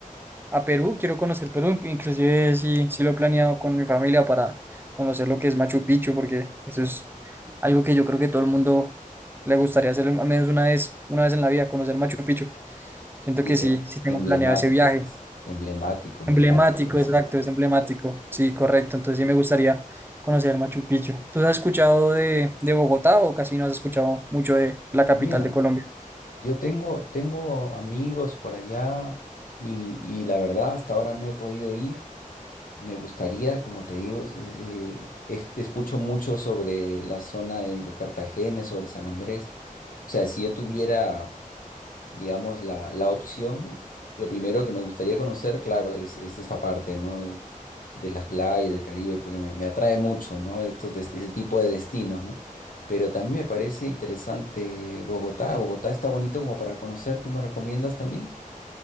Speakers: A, on the right; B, on the left.
A: a Perú, quiero conocer Perú, inclusive sí, sí lo he planeado con mi familia para conocer lo que es Machu Picchu, porque eso es algo que yo creo que todo el mundo le gustaría hacer al menos una vez, una vez en la vida, conocer Machu Picchu. Siento
B: Y
A: que sí,
B: em-
A: sí tengo
B: emblemático,
A: planeado ese viaje.
B: pues, emblemático, emblemático,
A: Emblemático,
B: sí.
A: exacto, es emblemático. Sí, correcto.
B: sí.
A: Entonces sí me gustaría conocer Machu Picchu. ¿Tú has escuchado de, de Bogotá o casi no has escuchado mucho de la capital
B: Mira,
A: de Colombia?
B: Yo tengo, tengo amigos por allá y, y la verdad hasta ahora no he podido ir. Me gustaría, como te digo, es- es- eh, es- escucho mucho sobre la zona de, de Cartagena, sobre San Andrés. O sea, si yo tuviera digamos, la, la opción, lo primero que me gustaría conocer, claro, es, es esta parte, ¿no? De, de las playas del Caribe, porque me, me atrae mucho, ¿no? Estos, des- ese tipo de destinos, ¿no? Pero también me parece interesante Bogotá. Bogotá está bonito como para conocer, ¿tú me recomiendas también?